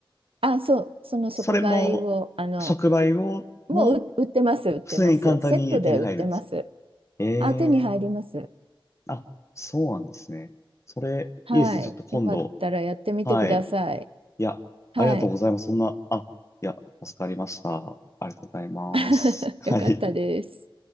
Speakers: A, on the right (about 85°); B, on the left (about 30°).
A: あ、そう、その触媒を、
B: それも、
A: あの、
B: 触媒を、
A: もうう売ってます、
B: も、
A: 売ってます。
B: 普通に簡単に手に入るんです。
A: セットで売ってます。
B: え
A: あ、手に入ります。
B: えあ、そうなんですね。それ、
A: はい。
B: いいですね。ちょっと今度。
A: よかったらやってみてください。
B: はい。いや、
A: はい。
B: ありがとうございます。そんな、あ、いや、助かりました。ありがとうございます。
A: <laughs>
B: はい。
A: よかったです。